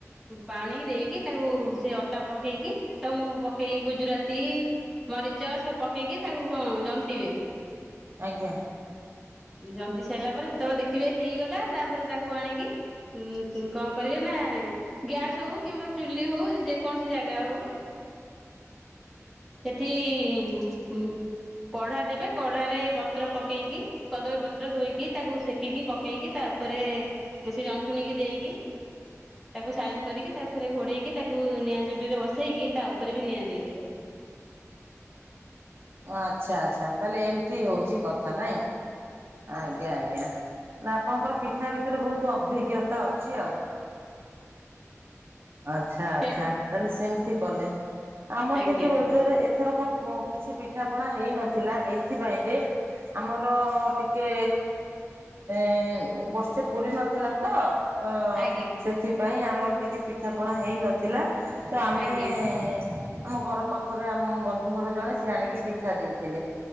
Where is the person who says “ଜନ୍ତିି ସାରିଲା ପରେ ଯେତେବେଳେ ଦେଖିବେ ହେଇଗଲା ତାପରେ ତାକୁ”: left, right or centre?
Centre